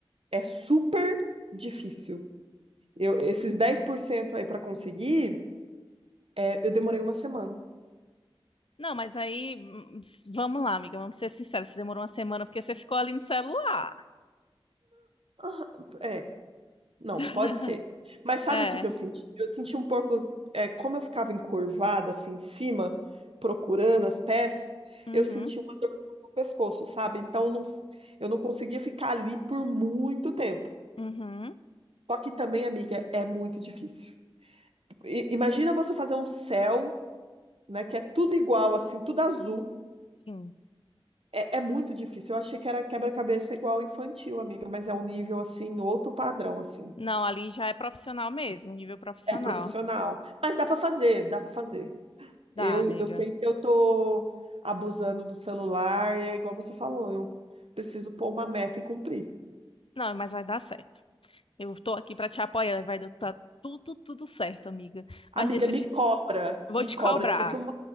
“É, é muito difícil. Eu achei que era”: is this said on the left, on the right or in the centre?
Right